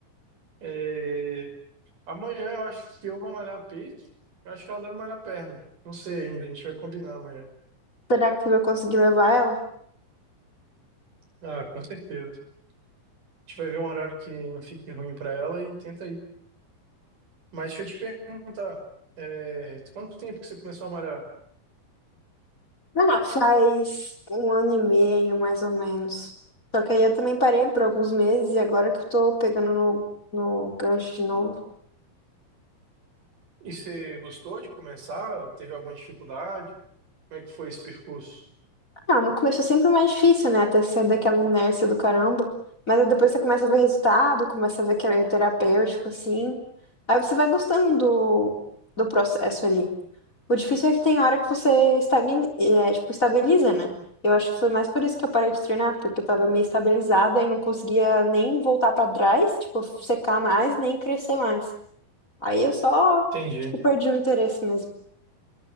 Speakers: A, on the right; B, on the left.
A: É, Amanhã eu acho que eu vou malhar a Eu acho que ela deve malhar perna. Não sei ainda, a gente vai combinar amanhã.
B: Será que você vai conseguir levar ela?
A: Ah, com certeza. A gente vai ver um horário que não fique ruim pra ela e tenta ir. Mas deixa eu te perguntar, é, quanto tempo que você começou a malhar?
B: Ah, faz um ano e meio, mais ou menos. Só que aí eu também parei por alguns meses e agora que eu tô pegando no, no gancho de novo.
A: E você gostou de começar? Teve alguma dificuldade? Como é que foi esse percurso?
B: Ah, no começo é sempre mais difícil, né? Até sair daquela inércia do caramba. Mas aí depois você começa a ver resultado, começa a ver que é meio terapêutico, assim. Aí você vai gostando do, do processo ali. O difícil é que tem hora que você estagna, é, tipo, estabiliza, né? Eu acho que foi mais por isso que eu parei de treinar, porque eu tava meio estabilizada e não conseguia nem voltar pra trás, tipo, secar mais, nem crescer mais. Aí eu só,
A: Entendi.
B: tipo, perdi o interesse mesmo.